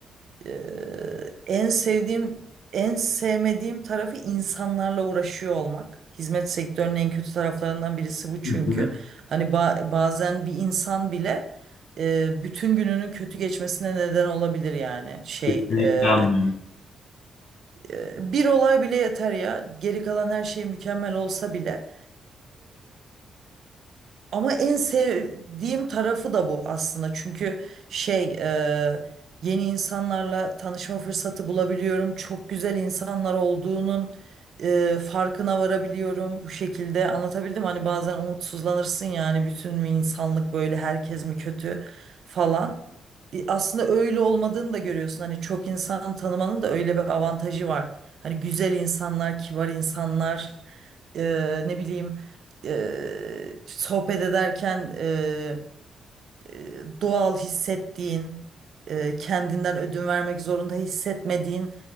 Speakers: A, on the right; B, on the left.
A: Eee, en sevdiğim, en sevmediğim tarafı insanlarla uğraşıyor olmak. Hizmet sektörünün en kötü taraflarından birisi bu çünkü.
B: Hı hı.
A: Hani ba- bazen bir insan bile eee, bütün gününün kötü geçmesine neden olabilir yani. Şey,
B: Kesinlikle
A: eee,
B: anlıyorum.
A: eee, bir olay bile yeter ya. Geri kalan her şey mükemmel olsa bile. Ama en sevdiğim tarafı da bu aslında. Çünkü şey e, yeni insanlarla tanışma fırsatı bulabiliyorum. Çok güzel insanlar olduğunun e, farkına varabiliyorum bu şekilde. Anlatabildim mi? hani bazen umutsuzlanırsın yani bütün mü insanlık böyle herkes mi kötü falan. E, aslında öyle olmadığını da görüyorsun. Hani çok insan tanımanın da öyle bir avantajı var. Hani güzel insanlar, kibar insanlar, e, ne bileyim eee, sohbet ederken eee, eee, doğal hissettiğin, eee, kendinden ödün vermek zorunda hissetmediğin